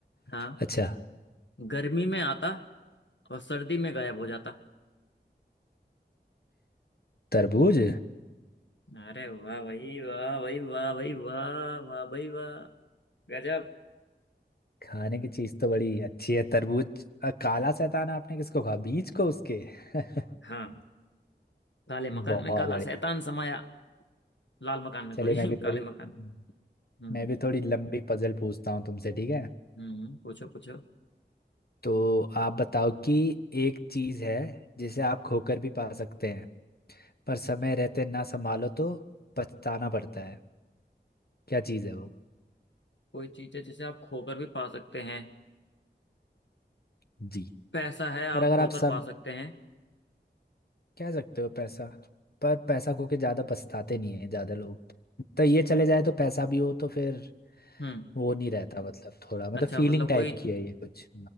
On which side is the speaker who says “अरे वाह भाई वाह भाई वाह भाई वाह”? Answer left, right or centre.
Left